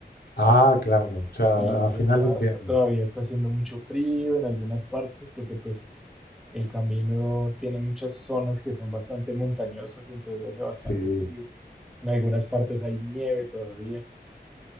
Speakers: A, on the left; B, in the centre.
A: Ah, claro, o sea,
B: Y
A: a final
B: en marzo
A: de invierno.
B: todavía está haciendo mucho frío en algunas partes porque pues el camino tiene muchas zonas que son bastante montañosas, entonces hace bastante
A: Sí,
B: frío. En algunas partes hay nieve todavía.